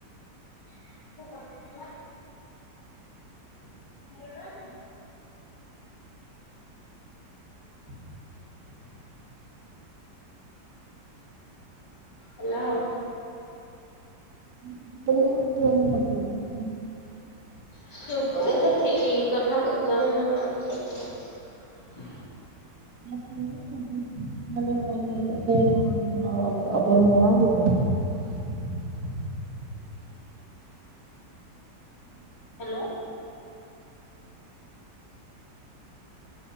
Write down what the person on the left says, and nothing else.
<unintelligible> <unintelligible>
ହେଲା ଆଉ।
ଶୁଭୁନି ଯେ <unintelligible> କଥା କହୁଛନ୍ତି ନା ନା ଶୁଭୁନି।
ହେଲୋ।